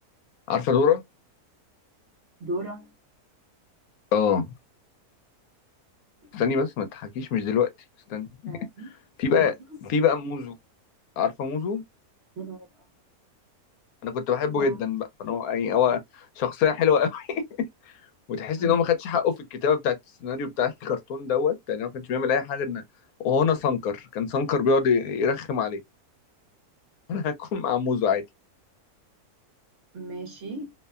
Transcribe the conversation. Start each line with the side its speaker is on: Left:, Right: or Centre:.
Left: عارفة دورة
Right: دورة
Left: اه استني
Right: يعني
Left: بس ما تضحكيش مش دلوقتي استني
Right: فاهم؟
Left: في بقى
Right: موسى
Left: في بقى موزو عارفة موزو
Right: يا نهار أبيض.
Left: انا كنت بحبه
Right: إيه بقى؟
Left: جدا بقى فانا هو- يعني هو شخصية حلوة قوي <laughs> وتحس
Right: مم.
Left: ان هو ما خدش حقه في الكتابة بتاعت السيناريو بتاع الكرتون دوت يعني هو ما كانش بيعمل اي حاجة ان وهو انا سانكر كان سانكر بيقعد يرخم عليه انا هكون مع موزو عادي
Right: ماشي